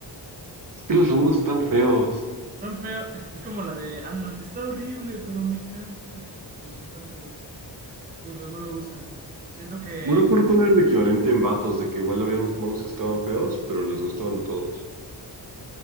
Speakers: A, on the right; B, on the right.
A: Es que los labubus están feos.
B: Están feos. <laughs> Es como la de Ant-Man. Está horrible, pero me encanta. No sé, están feos. Muy feos, no me gustan. Siento que...
A: No recuerdo cuál era el equivalente en vatos, de que igual había unos monos que estaban feos, pero les gustaban a todos.